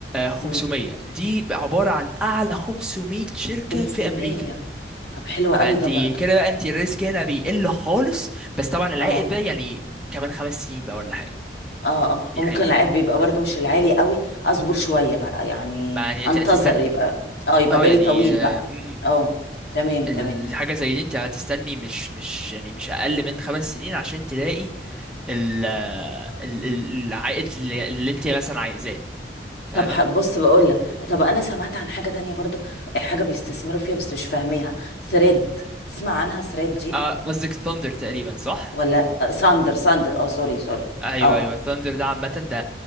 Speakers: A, in the centre; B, on the left.
A: 500
B: امم
A: دي بقى عبارة عن اعلى 500 شركة
B: 500
A: في امريكا
B: طب حلوة
A: فانت
B: قوي ده برضو
A: كده بقى انت الريسك هنا بيقل خالص بس طبعا العائد
B: اه
A: بقى يعني كمان خمس سنين بقى ولا حاجة
B: اه اه
A: دي
B: وممكن
A: حاجة
B: العائد بيبقى برضو مش العالي قوي اصبر شوية بقى يعني
A: ما يعني انت
B: انتظر
A: هتستني
B: يبقى اه يبقى
A: اه
B: بالي
A: يعني
B: طويل
A: آه،
B: بقى
A: م- م.
B: اه تمام تمام
A: الحاجة زي دي انت هتستني مش مش يعني مش اقل من خمس سنين عشان تلاقي ال ال- ال- العائد اللي اللي انت مثلا عايزاه فاهمة؟
B: طب ح- بص بقول لك طب انا سمعت عن حاجة تانية برضو حاجة بيستثمروا فيها بس مش فاهميها ثريد تسمع عنها ثريد دي
A: اه قصدك ثاندر تقريبا صح؟
B: ولا آه، ساندر ساندر اه سوري سوري
A: ايوه
B: اه
A: ايوه ثاندر ده عامه ده